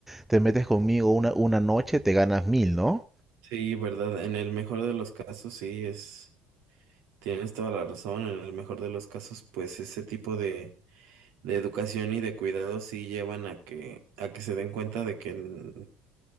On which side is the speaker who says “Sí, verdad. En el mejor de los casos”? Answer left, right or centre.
Right